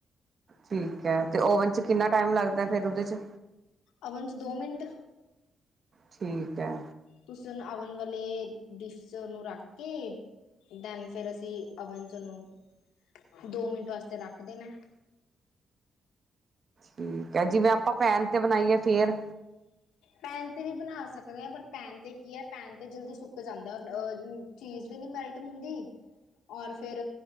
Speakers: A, on the right; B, on the left.
A: ਠੀਕ ਹੈ ਤੇ ਓਵਨ 'ਚ ਕਿੰਨਾ ਟਾਈਮ ਲੱਗਦਾ ਫਿਰ ਉਹਦੇ 'ਚ
B: ਅਵਨ 'ਚ ਦੋ ਮਿੰਟ
A: ਠੀਕ ਹੈ।
B: ਤੁਸੀਂ ਉਹਨੂੰ ਅਵਣ ਵਾਲੇ ਡਿਸ 'ਚ ਉਹਨੂੰ ਰੱਖ ਕੇ ਦੈਨ ਫਿਰ ਅਸੀਂ ਅਵਨ 'ਚ ਉਹਨੂੰ ਦੋ ਮਿੰਟ ਵਾਸਤੇ ਰੱਖ ਦੇਣਾ।
A: ਠੀਕ ਹੈ ਜਿਵੇਂ ਆਪਾਂ ਪੈਨ ਤੇ ਬਣਾਈਏ ਫੇਰ
B: ਪੈਨ ਤੇ ਵੀ ਬਣਾ ਸਕਦੇ ਹਾਂ ਬਟ ਪੈਨ ਤੇ ਕੀ ਹੈ ਪੈਨ ਤੇ ਜਲਦੀ ਸੁੱਕ ਜਾਂਦਾ ਅਹ ਚੀਜ਼ ਵੀ ਨੀ ਮੈਲਟ ਹੁੰਦੀ। ਔਰ ਫੇਰ